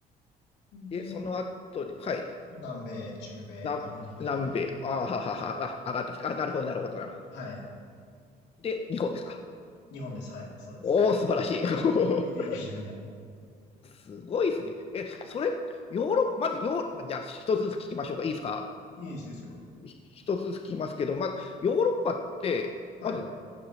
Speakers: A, on the left (about 35°); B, on the left (about 80°).
A: で、
B: で、
A: その後に、はい。
B: 南米、中米、
A: な、
B: アメリカ。
A: 南米。あはははは。あ、上がってきた。あ、なるほど、なるほど、なるほ
B: はい。
A: ど。で、日本ですか。
B: 日本です。はい。そうです。
A: おお、素晴らしい。<laughs>
B: いやいやいやいやいや。
A: すごいですね。え、それ、ヨーロッパ、まずヨーロッパ、じゃあ、一つずつ聞きましょうか。いいですか。
B: いいですですよ。
A: ひ一つずつ聞きますけど、まず、ヨーロッパって、
B: はい。
A: まず、